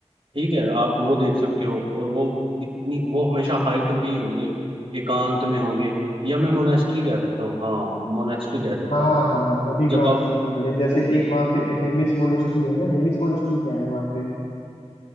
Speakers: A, on the right; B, on the left.
A: ठीक है आप वो देख सकते हो और वो इतनी वो हमेशा हाइट पे ही होंगे एकांत में होंगे या मैं मोनेस्ट्री कह सकता हूँ हाँ मोनेस्ट्री कह सकता
B: हाँ
A: हूँ
B: हाँ अभी को
A: जब
B: आप
A: आप
B: सही पकड़े जैसे एक वहाँ पे हेमिस मोनेस्ट्री है ना हेमिस मोनेस्ट्री क्या है वहाँ पे